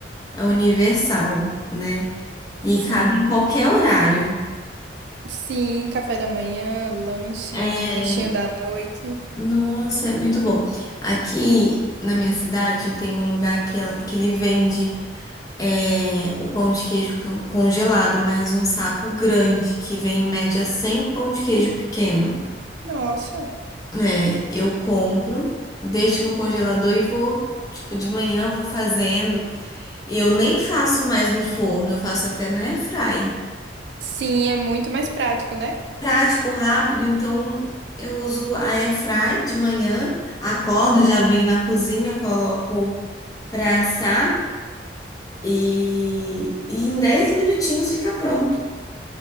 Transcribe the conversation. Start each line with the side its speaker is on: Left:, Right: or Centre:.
Left: É universal, né? E
Right: Sim.
Left: cabe em qualquer horário.
Right: Sim, café da manhã, lanche,
Left: É,
Right: lanchinho da noite.
Left: nossa, é muito bom. Aqui na minha cidade tem um lugar que, é- que ele vende é, o pão de queijo con- congelado, mas um saco grande, que vem em média 100 pão de queijo pequeno.
Right: Nossa.
Left: É, eu compro, deixo no congelador e vou, tipo, de manhã eu vou fazendo. E eu nem faço mais no forno, eu faço até na airfry.
Right: Sim, é muito mais prático, né?
Left: prático, rápido, então eu uso a airfry de manhã, acordo, já venho na cozinha, coloco para assar e, e em 10 minutinhos fica pronto.